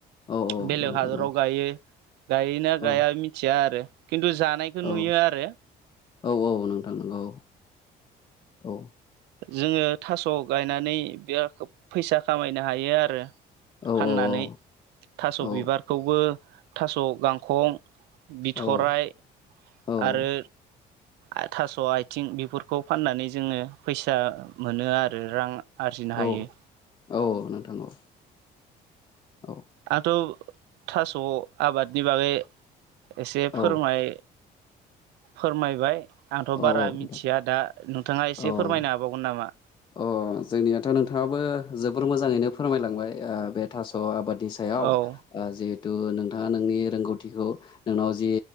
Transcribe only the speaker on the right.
बेलेग
हादराव
गायो गायोना गाया
मिथिया आरो खिन्थु जानायखौ नुयो
आरो
जोङो थास' गायनानै बे फैसा खामायनो हायो आरो
फाननानै
थास'
बिबारखौबो थास' गांखं बिथराय
आरो आं थास' आथिं बेफोरखौ फाननानै जोङो फैसा मोनो आरो रां आरजिनो
हायो।
आंथ' थास' आबादनि बागै एसे फोरोंनाय
फोरमायबाय आंथ'
बारा
मिथिया दा नोंथाङा एसे
फोरमायनो हाबावगोन नामा?
औ